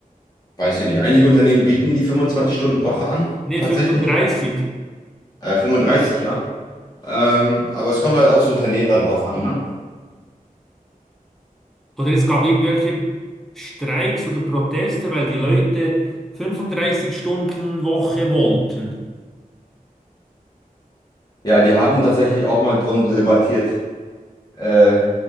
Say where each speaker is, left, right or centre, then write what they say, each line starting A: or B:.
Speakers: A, on the left; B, in the centre.
A: weiß ich nicht, einige Unternehmen bieten die fünfundzwanzig stunden woche an,
B: Ne,
A: tatsächlich.
B: fünfunddreißig.
A: Äh, 35, ja. Ähm, aber es kommt halt aufs Unternehmen dann drauf an, ne?
B: Oder es gab irgendwelche Streiks oder Proteste, weil die Leute 35 stunden woche wollten.
A: Ja, die haben tatsächlich auch mal drum debattiert, äh,